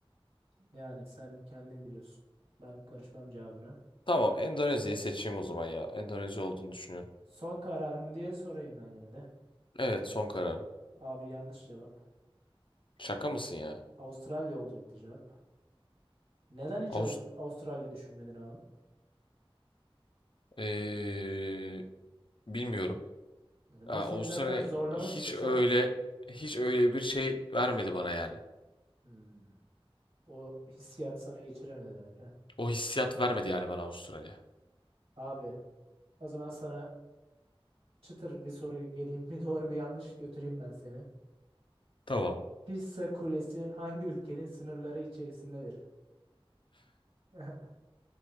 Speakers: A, on the right (about 70°); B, on the left (about 60°).
A: Yani sen kendin biliyorsun. Ben karışmam cevabına.
B: Tamam, Endonezya'yı seçeyim o zaman ya. Endonezya olduğunu düşünüyorum.
A: Son kararımı diye sorayım ben yine de.
B: Evet, son kararım.
A: Abi yanlış cevap.
B: Şaka mısın ya?
A: Avustralya olacaktı cevap. Neden hiç
B: Avust
A: Avus- Avustralya düşünmedin abi?
B: Ee, bilmiyorum.
A: Yani ben
B: Ya, Avustralya
A: seni zaten zorlamak
B: hiç
A: istesem
B: öyle hiç öyle bir şey vermedi bana yani.
A: hmm, o hissiyat sana geçiremedi demek ha.
B: O hissiyat vermedi yani bana Avustralya.
A: Abi o zaman sana çıtır bir soru geleyim bir doğru bir yanlış götüreyim ben seni.
B: Tamam.
A: Pisa Kulesi hangi ülkenin sınırları içerisindedir? <laughs>